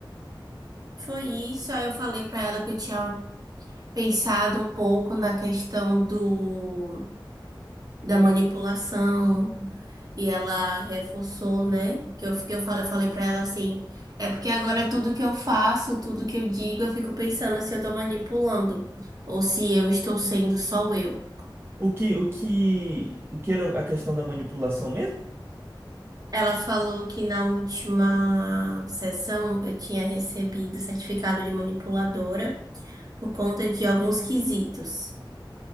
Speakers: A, on the right; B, on the right.
A: foi isso. Aí eu falei pra ela que eu tinha pensado um pouco na questão do da manipulação E ela reforçou, né? Que eu, que eu fa- eu falei pra ela assim: é porque agora tudo que eu faço, tudo que eu digo, eu fico pensando se eu tô manipulando ou se eu estou sendo só eu.
B: O que, o que, o que era a questão da manipulação mesmo?
A: Ela falou que na última sessão eu tinha recebido certificado de manipuladora por conta de alguns quesitos,